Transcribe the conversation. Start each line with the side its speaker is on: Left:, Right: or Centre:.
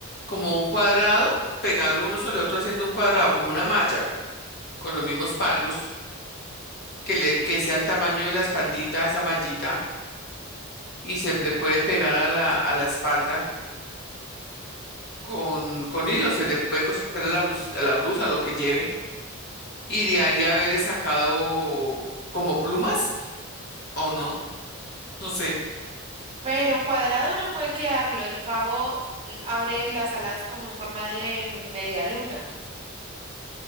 Left: como un cuadrado, pegarlo uno sobre otro haciendo un cuadrado, como una malla, con los mismos palos, que le, que sea el tamaño de la espaldita, esa mallita, y se le puede pegar a la, a la espalda con, con hilo, se le puede coser a la blusa, a la blusa, lo que lleve, y de ahí haberle sacado como plumas, o no, no sé.
Right: pero cuadrado no puede quedarlo, el pavo l- abre las alas como en forma de media luna.